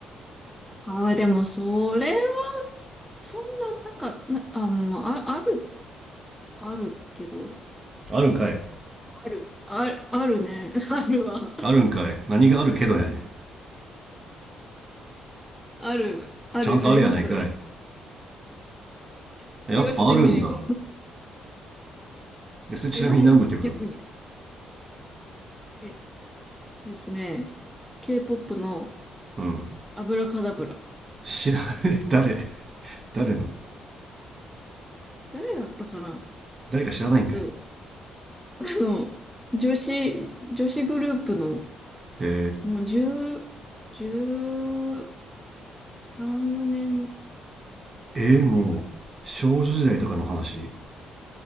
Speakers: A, in the centre; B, on the right.
A: ああー、でも、それは、そんな、なんか、な、あ、もうあ、あある、あるけど、
B: あるんかい
A: ある、ある、あるね。<laughs> あるわ。
B: あるんかい何があるけどやね
A: ある、ある、
B: んちゃんとあるやないかい
A: あります。<laughs>
B: やっぱあるんだ
A: 言われてみれば。
B: えそれちなみに何の曲
A: え、ないの逆に。え、えっとね、K-POP の
B: うん
A: アブラカダブラ。
B: 知らない <laughs> 誰誰の
A: 誰だったかな
B: 誰か知らないんかい
A: ちょっと、あの、女子、女子グループの、
B: へ
A: もう10、13、4年前ぐらい。
B: ええー、もう少女時代とかの話